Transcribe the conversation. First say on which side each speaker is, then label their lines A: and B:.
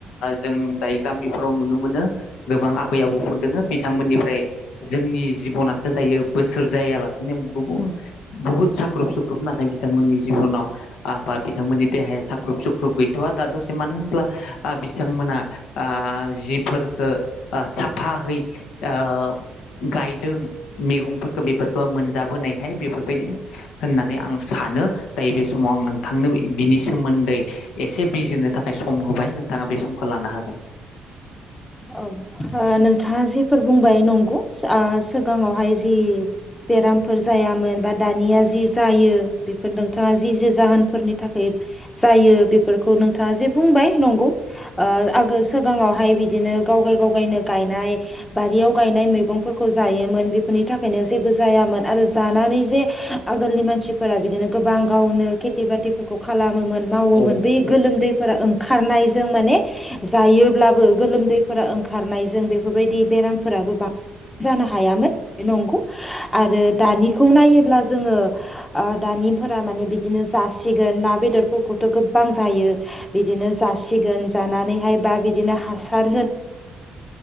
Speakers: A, on the left (about 85°); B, on the left (about 15°).
A: जों दायो गामिफ्राव नुनो मोनो गोबां आबै आबौफोर दङ । बिथांमोननिफ्राय जोंनि जिबनासो दायो बैसो जायालासेनो गुबुन बुहुत साख्रुब सुख्रुब नाथाय बिथांमोननि जिबनाव । बिथांमोननि देहाया साख्रुब सुख्रुब गैथ'वा दा दसे मानो होनब्ला बिथांमोना ओ जिफोरखो ओ साफायै ओ गायदों मैगंफोरखौ बेफोरखौ मोनजाबोनायखाय बेफोरबायदिनो होननानै आं सानो दायो बे समाव आं नों थांनो बिनि सोमोन्दै एसे बिजिरनो थाखाय सम होबाय नोंथाङा बे समखौ लानो हागोन
B: ओ नोंथाङा जिेफोर बुंबाय नंगौ सिगाङावहाय जि बेरामफोर जायामोन बा दानिया जि जायो बेफोर नोंथाङा जि जे जाहोनफोरनि थाखाय जायो बेफोरखौ नोंथाङा जे बुंबाय नंगौ ओ आगोल सिगाङावहाय बिदिनो गावगाय गावगायनो गायनाय बारियाव गायनाय मैगंफोरखौ जायोमोन बिफोरनि थाखायनो जेबो जायामोन आरो जानानै जे आगोलनि मानसिफोरा बिदिनो गोबां गावनो किथि बाथिफोरखौ खालामो <unintelligible> मावोमोन
A: औ
B: बे गोलोमदैफोरा ओं खारनायजों माने जायोब्लाबो गोलोमदै फोरा ओंखारनाय जों बेफोरबायदि बेरामफोराबो बां जानो हायामोन नंगौ आरो दानिखौ नायोब्ला जोङो ओ दानिफोरा माने बिदिनो जासिगोन ना बेदरफोरखौथ' गोबां जायो बिदिनो जासिगोन जानानैहाय बा बिदिनो हासार <unintelligible>